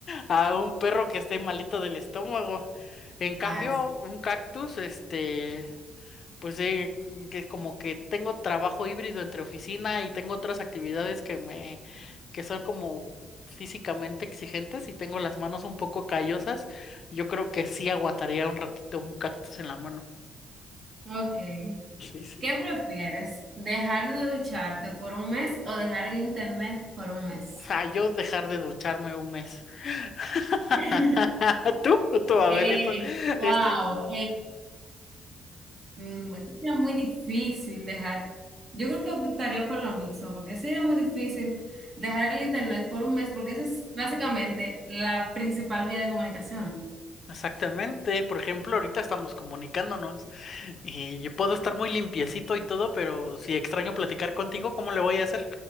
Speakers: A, on the left; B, on the right.
A: a un perro que esté malito del estómago. En cambio,
B: Ah, sí.
A: un cactus, este, Pues sí, que como que tengo trabajo híbrido entre oficina y tengo otras actividades que me, que son como físicamente exigentes y tengo las manos un poco callosas. Yo creo que sí aguantaría un ratito un cactus en la mano.
B: ok.
A: Sí, sí.
B: ¿Qué prefieres? ¿Dejar de ducharte por un mes o dejar el internet por un mes?
A: O sea, yo dejar de ducharme un mes. <laughs>
B: <laughs>
A: Tú, tú, a
B: Eh,
A: ver, esto,
B: wow.
A: esto.
B: Mm, es que sería muy difícil dejar. Yo creo que optaría por lo mismo, porque sería muy difícil dejar el internet por un mes, porque esa es básicamente la principal vía de comunicación.
A: Exactamente. Por ejemplo, ahorita estamos comunicándonos y yo puedo estar muy limpiecito y todo, pero si extraño platicar contigo, ¿cómo le voy a hacer?